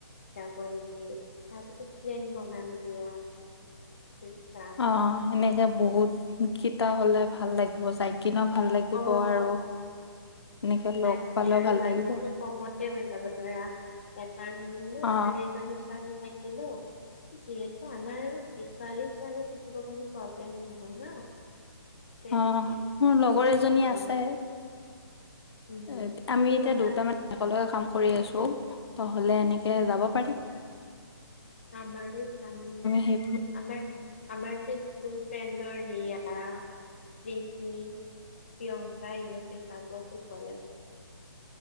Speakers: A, on the left; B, on the left.
A: যাব নেকি। তাৰ পিছত প্লেন বনাম দিয়া।
B: অ' সেনেকে- বহুতকেইটা হ'লে ভাল লাগিব যায় কিনিও ভাল লাগিব
A: অ
B: আৰু। এনেকে
A: তাকে
B: লগ পালেও
A: আৰু
B: ভাল
A: বাজেটটো
B: লাগিব।
A: কমতে হৈ যাব ধৰা এটা ৰুম ললো
B: অ
A: চাৰিজনী ছোৱালী থাকিলো। যিহেতু আমাৰ ছোৱালী-ছোৱালী থাকিব কাৰণে প্ৰব্লেম নহয় ন। তেনেকে
B: অহ', মোৰ লগৰ এজনী
A: অ
B: আছে।
A: উম
B: এই আমি এতিয়া
A: কবা
B: দুটামান একেলগে কাম কৰি আছো। ত হ'লে এনেকৈ যাব পাৰিম।
A: আমাৰে আমাৰ-আমাৰ
B: সেই
A: যে স্কুল- ফ্ৰেন্ডৰ ৰিয়া- প্ৰীতি, প্ৰিয়ংকা ইহঁতে যাব টো কলে